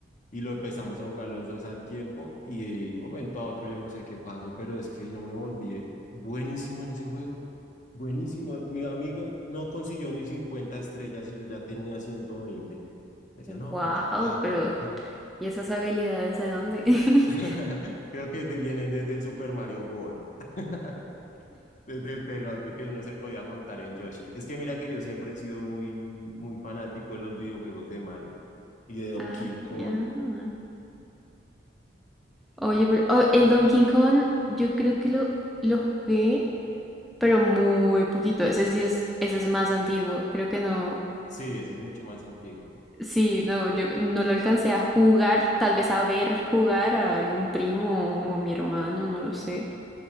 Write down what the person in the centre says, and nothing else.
wow,
pero
¿y esas habilidades de dónde? <laughs>
Ah,
genial. Oye, pero oh, el Donkey Kong, yo creo que lo, lo jugué, pero muy poquito. Ese sí es, ese es más antiguo. Creo que no.
Sí, no, yo no lo alcancé a jugar, tal vez a ver jugar a algún primo o a mi hermano, no lo sé.